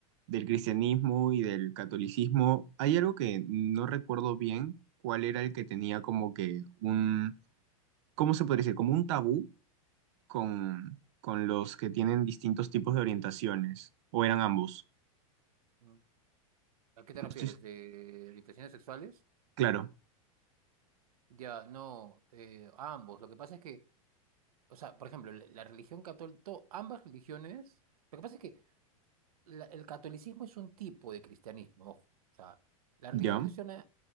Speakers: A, on the right; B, on the right.
A: del cristianismo y del catolicismo, hay algo que no recuerdo bien cuál era el que tenía como que un, ¿cómo se podría decir? Como un tabú con, con los que tienen distintos tipos de orientaciones, o eran ambos.
B: Mm. ¿A qué
A: No
B: te refieres?
A: estoy
B: ¿De orientaciones sexuales?
A: claro,
B: Ya, no, eh, ambos. Lo que pasa es que, o sea, por ejemplo, la, la religión católica, ambas religiones, lo que pasa es que la- el catolicismo es un tipo de cristianismo, ojo. O sea, la
A: ¿ya?
B: religión cristiana,